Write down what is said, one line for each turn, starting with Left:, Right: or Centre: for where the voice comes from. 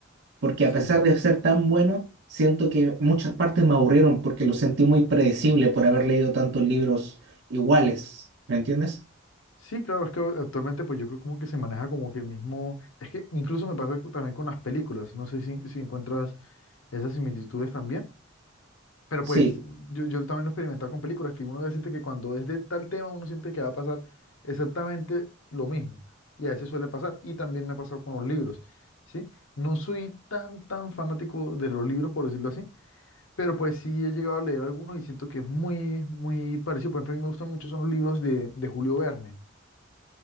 Right: Porque
Left: Sí.
Right: a pesar de ser tan bueno, siento que muchas partes me aburrieron porque lo sentí muy predecible por haber leído tantos libros iguales. ¿Me entiendes?
Left: Sí, claro, es que actualmente pues yo creo como que se maneja como que el mismo, es que incluso me pasa co- también con las películas. No sé si, si encuentras esas similitudes también. Pero
Right: Sí,
Left: pues yo, yo también lo he experimentado con películas, que uno siente que cuando es de tal tema uno siente que va a pasar exactamente lo mismo. Y a veces suele pasar. Y también me ha pasado con los libros, ¿sí? No soy tan, tan fanático de los libros, por decirlo así, pero pues sí he llegado a leer algunos y siento que es muy, muy parecido. Por ejemplo, a mí me gustan mucho son los libros de, de Julio Verne.